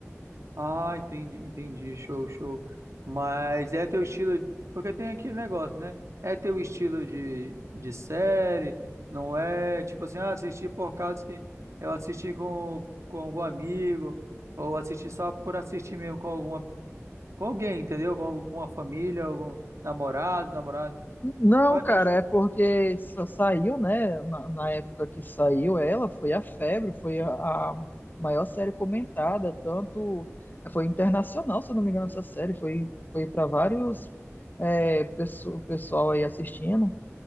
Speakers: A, on the right; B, on the left.
A: Ah, entendi, entendi, show, show. Mas é teu estilo, porque tem aquele negócio, né? É teu estilo de, de série, não é tipo assim, ah, assisti por causa que eu assisti com, com algum amigo, ou assisti só por assistir mesmo com alguma, com alguém, entendeu? Com alguma família, algum namorado, namorado.
B: Não,
A: Qual é
B: cara,
A: teu est-
B: é porque só saiu, né? Na, na época que saiu ela, foi a febre, foi a, a maior série comentada, tanto foi internacional, se eu não me engano, essa série foi, foi para vários é, pesso- pessoal aí assistindo.